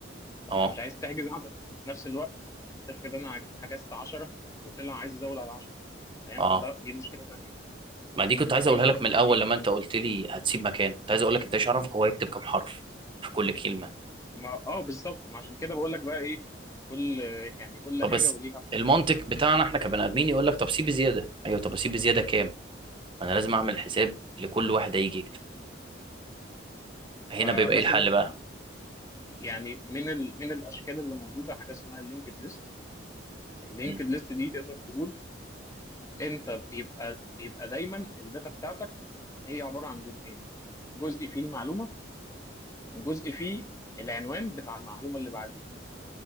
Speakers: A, on the left; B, on the right.
A: فانت
B: اه
A: مش عايز تحجز عدد وفي نفس الوقت تفرض انا حجزت 10 وطلع عايز يزود على 10 فاهم
B: اه
A: فده دي مشكله ثانيه
B: ما دي كنت
A: فاللينكد
B: عايز اقولها لك
A: ليست
B: من الاول
A: دي
B: لما انت قلت لي هتسيب مكان كنت عايز اقول لك انت مش عارفك هو هيكتب كام حرف في كل كلمه
A: ما اه بالظبط ما عشان كده بقول لك بقى ايه كل يعني كل
B: طب
A: حاجه
B: بس
A: وليها اختيار
B: المنطق بتاعنا احنا كبني ادمين يقول لك طب سيب زياده ايوه طب اسيب زياده كام ما انا لازم اعمل حساب لكل واحد هيجي يكتب هنا
A: فمثلا
B: بيبقى ايه الحل
A: ال-
B: بقى
A: يعني من ال... من الاشكال اللي موجوده حاجه اسمها اللينكد ليست اللينكد
B: مم.
A: ليست دي تقدر تقول انت بيبقى بيبقى دايما الداتا بتاعتك هي عباره عن جزئين جزء فيه المعلومه وجزء فيه العنوان بتاع المعلومه اللي بعديها